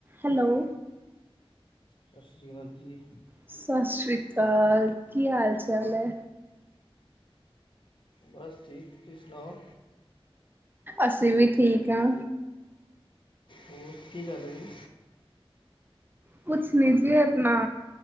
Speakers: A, on the right; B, on the left.
A: Hello
B: ਸਸ ਸ੍ਰੀ ਕਾਲ ਜੀ।
A: ਸਸ ਸ੍ਰੀ ਕਾਲ ਕੀ ਹਾਲ ਚਾਲ ਐ।
B: ਬਸ ਠੀਕ ਤੁਸੀ ਸੁਣਾਓ।
A: ਅਸੀਂ ਵੀ ਠੀਕ ਆ।
B: ਹੋਰ ਕੀ ਕਰ ਰੇ ਜੀ।
A: ਕੁਛ ਨੀ ਜੀ <unintelligible>